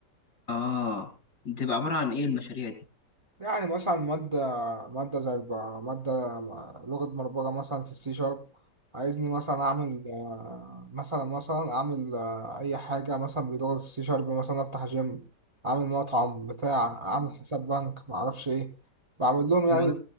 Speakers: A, on the left; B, on the right.
A: اه بتبقى عبارة عن ايه المشاريع دي
B: يعني مثلا مادة مادة زي الب- مادة لغة برمجة مثلا في السي شارب عايزني مثلا أعمل آه، مثلا مثلا أعمل آه، أي حاجة مثلا بلغة السي شارب مثلا أفتح جيم أعمل مطعم بتاع أعمل
A: آه.
B: حساب بنك معرفش إيه بعمل لهم يعني
A: الموضوع